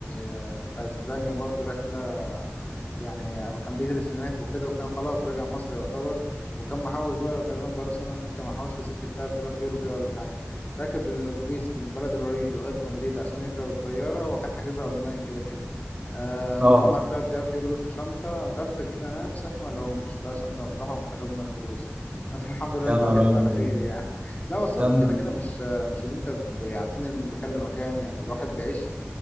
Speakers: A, on the left; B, on the right.
A: آه، في اسبانيا برضو رحلة يعني كان بيدرس هناك وكده وكان خلاص راجع مصر يعتبر وكان محوش بقى تقريبا بقاله سنة هناك كان محوش له سكة 3000 يورو كده ولا حاجة راكب الأتوبيس من بلد الوليد لغاية مدريد عشان يركب الطيارة هو كان حاجزها أونلاين كده كده آه
B: اه
A: وكان معاه 3000 يورو دول في شنطة غفل كده نام صحي ما لقاهمش لقى شنطة مفتوحة ومتاخد منها الفلوس بس <laughs> الحمد لله
B: يا
A: أنت
B: نهار
A: رجعت
B: ابيض
A: على خير يعني لا والسفر
B: ده م-
A: كده كده مش مش ان انت ب- يعني بتنقل من مكان لمكان يعني الواحد بيعيش